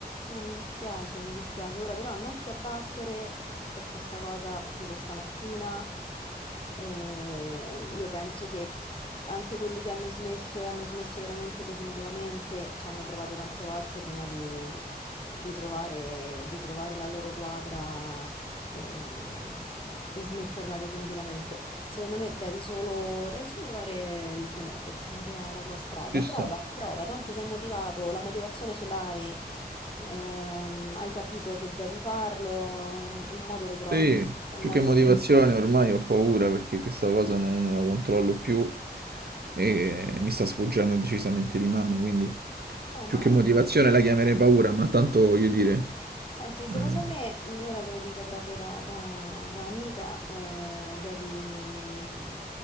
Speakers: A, on the left; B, on the right.
A: eh, mi dispiace, mi dispiace. Ora però non ti abbattere per questa cosa di questa mattina. Eh, io penso che anche quelli che hanno smesso e hanno smesso veramente definitivamente ci hanno provato tante volte prima di, di trovare, di trovare la loro quadra e, e smetterla definitivamente. Secondo me devi solo, devi solo trovare il tuo modo, la tua, la tua strada.
B: Ci sta.
A: Prova, prova, tanto sei motivato, la motivazione ce l'hai, ehm, hai capito che devi farlo, un, un modo lo trovi,
B: Sì,
A: un
B: più
A: modo
B: che motivazione
A: lo troverai.
B: ormai ho paura perché questa cosa non, non la controllo più e mi sta sfuggendo decisamente di mano, quindi
A: Eh,
B: più
A: ma
B: che motivazione la chiamerei paura, ma tanto voglio dire,
A: Senti, secondo
B: eh,
A: me, m- ora te lo dico proprio da, da- da amica, eh, devi, mm,